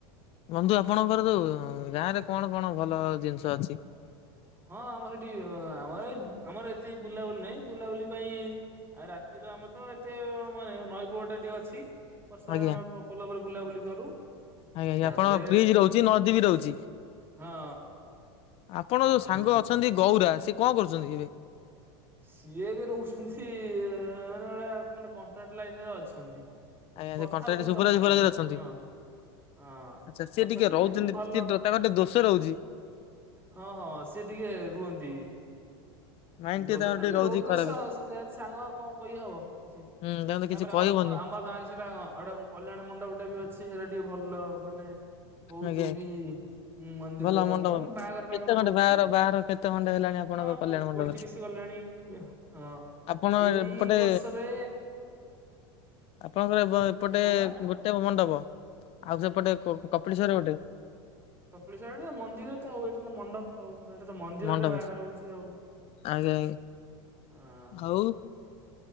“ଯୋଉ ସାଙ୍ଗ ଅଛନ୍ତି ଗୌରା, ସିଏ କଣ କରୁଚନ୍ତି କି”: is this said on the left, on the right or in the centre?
Left